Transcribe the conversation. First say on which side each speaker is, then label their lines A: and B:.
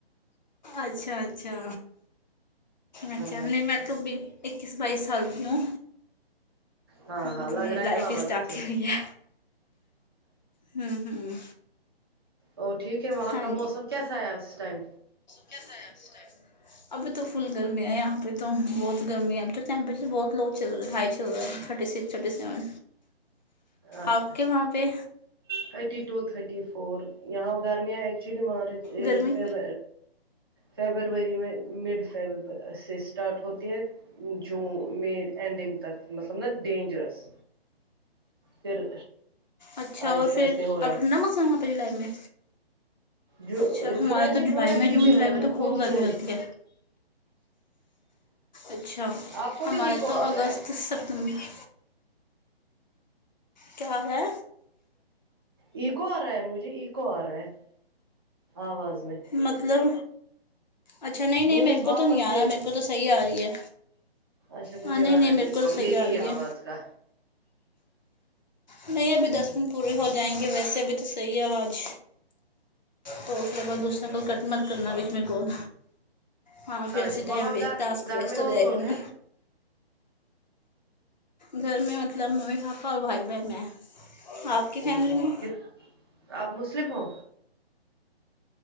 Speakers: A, on the left (about 45°); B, on the right (about 25°).
A: اچھا اچھا اچھا
B: ہاں
A: نہیں میں تو بی اکیس بائیس سال کی ہوں
B: ہاں
A: ابھی
B: ہاں
A: تو
B: لگ
A: میری
B: رہا
A: لائف
B: ہے نا آواز
A: اسٹارٹ
B: سے
A: ہی ہوئی ہے ہوں ہوں
B: او ٹھیک ہے وہاں
A: ہاں
B: کا موسم کیسا ہے اس ٹائم
A: کیسا ہے آپ اس ابھی تو فل گرمی ہے یہاں پہ تو بہت گرمی ہے اب تو ٹیمپریچر بہت لو چل رہا ہےائی توہے تھرٹی سکس تھرٹی سیون
B: اچھا
A: آپ کے وہاں پہ
B: تھرٹی ٹو تھرٹی فور یہ آو گرمی آ ایکچولی مارچ
A: گرمی
B: فیب فیبروری میں مڈ فیب سے اسٹارٹ ہوتی ہے جو مئی اینڈنگ تک مطلب نا ڈینجرس پھر
A: اچھا
B: آہستہ
A: اور پھر
B: آہستہ ہو رہا
A: اب ٹھنڈا موسم ہے وہاں پہ جولائی میں
B: جو
A: اچھا ہمارا تو جولائی
B: تھوڑا
A: میں
B: ٹھیک
A: جون
B: ہے
A: جولائی میں تو
B: مونسون
A: خوب گرمی ہوتی ہے اچھا
B: آپ کو
A: ہمارا
B: بھی ایکو
A: تو
B: آ
A: اگست
B: رہا ہے
A: سپتمبر کیاحال ہے
B: ایککور ہے مجھے ایککو آ رہا ہے آواز میں
A: مطلب اچھا نہیں نہیں
B: مینز
A: میرے کو
B: واپس
A: تو نہیں آ رہا میرے کو تو صحیح آ رہی ہے
B: اچھا مجھے
A: ہاں نہیں
B: آ
A: نہیں
B: رہا ہے
A: میرے
B: ایکو
A: کو
B: میری
A: صحیح آ رہی
B: ہی آواز
A: ہے
B: کا
A: نہیں ابھی دس منٹ پورے ہو جائیں گے ویسے ابھی تو صحیح ہے آواز تو اس کے بعد دوسر کول کٹ مت کرنا بیچ میں کول ہاں
B: اچھا
A: پھرایسے ٹائم
B: وہاں
A: ویستا
B: گھر
A: ٹاسک
B: گھر
A: ویسٹ
B: میں کون
A: ہو جائے
B: کون
A: گا
B: ہے
A: نہ گھر میں مطلب ممی پاپا اور بھائی بہن میں آپ کی فیملی میں
B: کے آپ مسلم ہو